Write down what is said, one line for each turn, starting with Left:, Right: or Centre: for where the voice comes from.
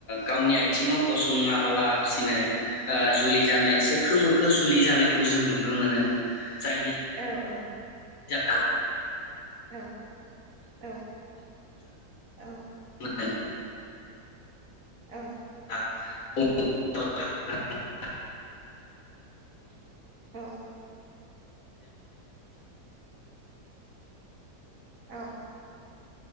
Left: गावनि आइथिङाव गसंआबालासिनो ओ जुलि जानाय सोखो मोखो जुलि जानायखौ जों नुनो मोनो जायनि
Right: औ औ।
Left: जा
Right: औ औ औ।
Left: आ।
Right: औ।
Left: <unintelligible>
Right: औ। औ।